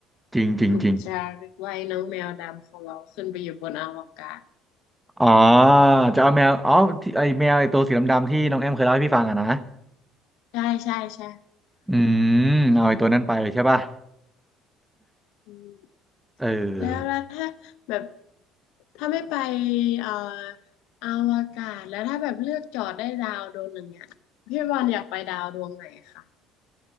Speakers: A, in the centre; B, on the left.
A: จริงจริงจริง
B: ถูกจารึกไว้น้องแมวดำของเราขึ้นไปอยู่บนอวกาศ
A: อ๋อจะเอาแมวอ๋อที่ไอแมวไอตัวสีดำๆที่น้องแอมเคยเล่าให้พี่ฟังอะนะ
B: ใช่ใช่ใช่
A: อืมเอาไอตัวนั้นไปใช่ป่ะ
B: อืม
A: เออ
B: แล้วแล้วถ้าแบบถ้าไม่ไปเอ่ออวกาศแล้วถ้าแบบเลือกจอดได้ดาวดวงหนึ่งอ่ะพี่บอลอยากไปดาวดวงไหนคะ